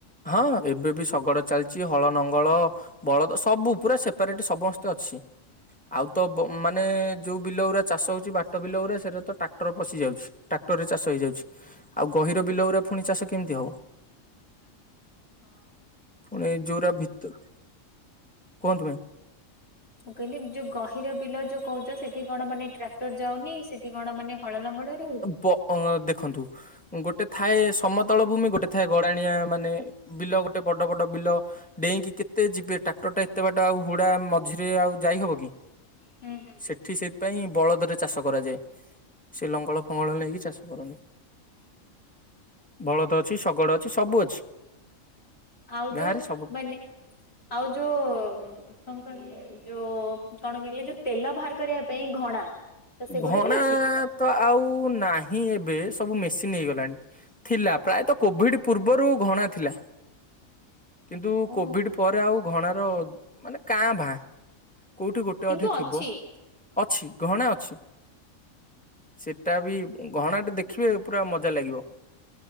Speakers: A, in the centre; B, on the left.
A: ହଁ ଏବେ ବି ଶଗଡ଼ ଚାଲିଛି। ହଳ ନଙ୍ଗଳ ବଳଦ ସବୁ ପୁରା ସେପାରେଟ ସମସ୍ତେ ଅଛି। ଆଉ ତ ମାନେ ଯୋଉ ବିଲ ଗୁଡା ଚାଷ ହଉଛି ବାଟ ବିଲ ଉରା ସେଟା ତ ଟ୍ରାକ୍ଟର ପଶି ଯାଉଛି। ଟ୍ରାକ୍ଟରରେ ଚାଷ ହେଇଯାଉଛି ଆଉ ଗହିର ବିଲଉରା ପୁଣି ଚାଷ କେମିତି ହେବ।
B: ହଁ
A: ପୁଣି ଏ ଯଉରା ଭିତର କୁହନ୍ତୁ ମ୍ୟା
B: ମୁଁ କହିଲି ଯୋଉ ଗହିର ବିଲ ଯୋଉ କହୁଛ ସେଠି କଣ ମାନେ ଟ୍ରାକ୍ଟର ଯାଉନି। ସେଠି କଣ ମାନେ ହଳ ଲଙ୍ଗଳରେ ହଉଛି।
A: ପ ଦେଖନ୍ତୁ ଗୋଟେ ଥାଏ ସମତଳ ଭୂମି ଗୋଟେ ଥାଏ ଗରାଣିଆ ମାନେ ବିଲ ଗୋଟେ ବଡ ବଡ ବିଲ। ଡେଇଁକି କେତେ ଯିବେ ଟ୍ରାକ୍ଟର ଟା ଏତେ ବାଟ ଆଉ ହୁଡା ମଝିରେ ଆଉ ଯାଇହବ କି?
B: ହୁଁ ହୁଁ ହୁଁ।
A: ସେଠି ସେଥିପାଇଁ ବଳଦରେ ଚାଷ କରାଯାଏ। ସେ ଲଙ୍ଗଳ ଫଙ୍ଗଳ ନେଇକି ଚାଷ କରନ୍ତି। ଭଳଦ ଅଛି ଶଗଡ଼ ଅଛି ସବୁ ଅଛି।
B: ଆଉ
A: ଗାଁରେ
B: ଯୋ
A: ସବୁ
B: ମାନେ ଆଉ ଯୋ କଣ କହିଲେ ଯୋଉ କଣ କହିଲେ ଯୋଉ ତେଲ ବାହାର କରିବା ପାଇଁ ଘଣା। ତ ସେଗୁରା
A: ଘଣା
B: ବି ଅଛି?
A: ତ ଆଉ ନାହିଁ ଏବେ ସବୁ ମେସିନ୍ ହେଇଗଲାଣି। ଥିଲା। ପ୍ରାୟତଃ କୋଭିଡ ପୂର୍ବରୁ ଘଣା ଥିଲା। କିନ୍ତୁ
B: ଓହୋ
A: କୋଭିଡ ପରେ ଆଉ ଘଣାର ମାନେ କାଁ ଭାଁ କୋଉଠି ଗୋଟେ
B: କିନ୍ତୁ
A: ଅଧେ
B: ଅଛି
A: ଥିବ। ଅଛି ଘଣା ଅଛି। ସେଟା
B: ଓ
A: ବି ଘଣା ଟେ ଦେଖିବେ ପୁରା ମଜା ଲାଗିବ।